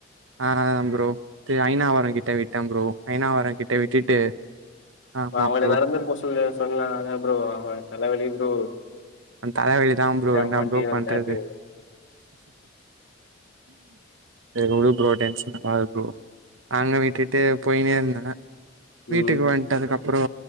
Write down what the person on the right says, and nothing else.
ஆஹ்ன் ப்ரோ இது ஐநாவரம் கிட்ட விட்டன் ப்ரோ ஐனாவரோ கிட்ட விட்டுட்டு ஆமா
ப்ரோ
அவன் தலவலிதான்
ப்ரோ
என்னா
ப்ரோ பண்றது
செரி உடு ப்ரோ டென்ஷன் ஆவாத ப்ரோ அங்க விட்டுட்டு போயினே இருந்தேன் வீட்டுக்கு
வன்ட்டு அதுக்கப் புறோ